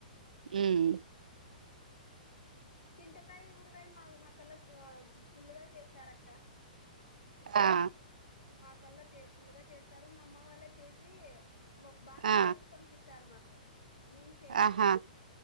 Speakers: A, on the right; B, on the left.
A: ఉమ్
B: చింతకాయ్ ఊరుగాయ్ మా కళ్ళల్లో ఫుల్లుగా చేస్తారు అక్క
A: ఆ
B: మా కల్లా చే ఫుల్లుగా చేస్తారు మా అమ్మ వల్లే చేసీ మ బాక్స్
A: ఆ
B: కేసి పంపిస్తారు మాకు నేను చేను
A: ఆహా